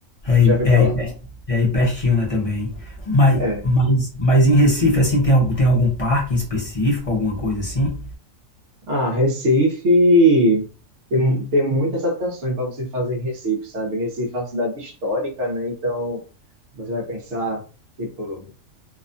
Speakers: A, on the left; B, on the right.
A: É aí,
B: já fui pra
A: é aí,
B: lá.
A: per- é aí pertinho, né, também. Mas,
B: É.
A: mas, mas em Recife, assim, tem, algum- tem algum parque em específico, alguma coisa assim?
B: Ah, Recife tem, tem muitas atrações para você fazer em Recife, sabe? Recife é uma cidade histórica, né? Então, você vai pensar, tipo,